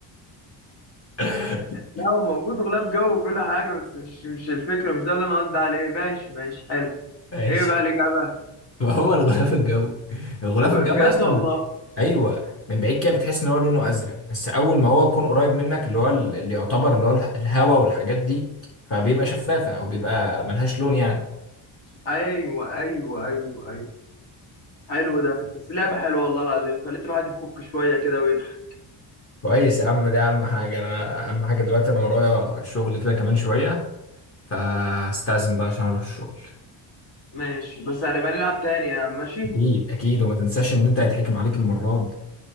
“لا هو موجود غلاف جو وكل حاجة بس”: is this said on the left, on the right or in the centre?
Left